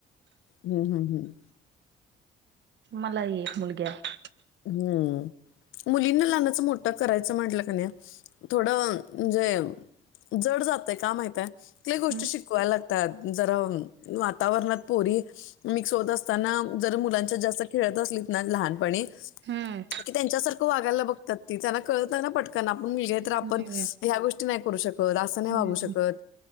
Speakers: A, on the left; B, on the right.
A: हम हम हम.
B: मला ही एक मुलगी आहे.
A: हम्म मुलींना लहानाचं मोठा करायचं म्हटलं का न थोड म्हणजे जड जातय का माहित हाय कुठली गोष्ट
B: हम्म
A: शिक शिकय‌ लागतात, जरा वातावरणात पोरी मिक्स होत असताना जर मुलांच्या जास्त खेळत असलीत ना लहानपणी.
B: हम्म.
A: की त्यांच्यासारखं वागायला बघतात ती. त्यांना कळत नाही ना पटकना आपण मुलगी तर आपण
B: हम्म
A: ह्या गोष्टी करू शकत अस नाही
B: हम्म
A: वागू शकत.